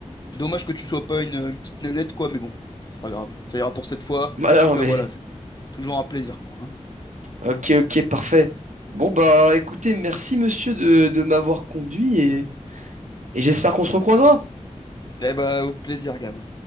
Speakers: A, on the left (about 35°); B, on the right (about 80°).
A: dommage que tu sois pas une, une petite nénette, quoi, mais bon, c'est pas grave. Ça ira pour cette fois.
B: Bah
A: En tout
B: non,
A: cas,
B: mais
A: voilà, c'est toujours un plaisir, quoi. hein.
B: ok, ok, parfait. Bon bah écoutez, merci monsieur de, de m'avoir conduit et, et j'espère qu'on se recroisera.
A: Eh bah, au plaisir, gamin.